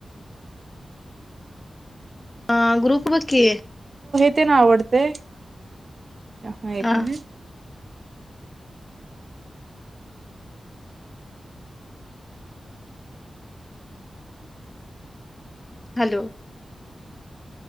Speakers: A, on the left; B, on the right.
A: ह ग्रुप बघ की
B: किती ना आवडते., एक
A: अ
B: मिनिट
A: हॅलो.